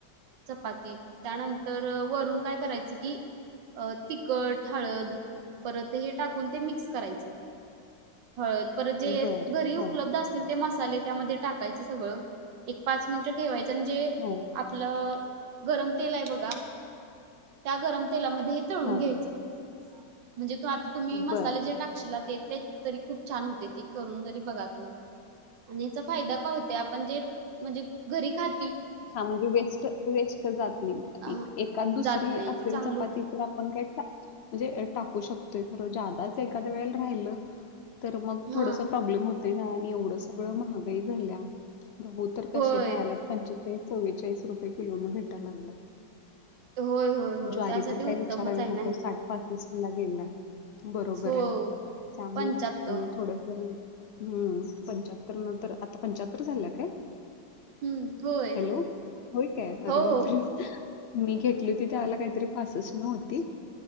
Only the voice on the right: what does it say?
चपाती त्यानंतर वरून काय करायचं कि अ तिखट, हळद परत हे टाकून ते मिक्स करायचं. हळद परत जे
घरी
उपलब्ध असतील ते मसाले त्यामध्ये टाकायचे सगळं. एक पाच मिनिटं ठेवायचं आण जे
आपलं गरम तेल आहे बघा त्या गरम तेलामध्ये हे तळून
घ्यायचं. म्हणजे तो आता तुम्ही मसाले
जे टाकशिला ते त्या तरी खूप छान होतिया ती करून जरी बघा तुम्ही आणि याचा फायदा काय होत आपण जे म्हणजे घरी खात
अहं
जात नाही
चांगलं
होते
हा
होय.
होय होय होय
त्यासाठी
उत्तमच
आहे ना
हे
हो.
पंच्याहत्तर
हम्म. होय.
हो
हो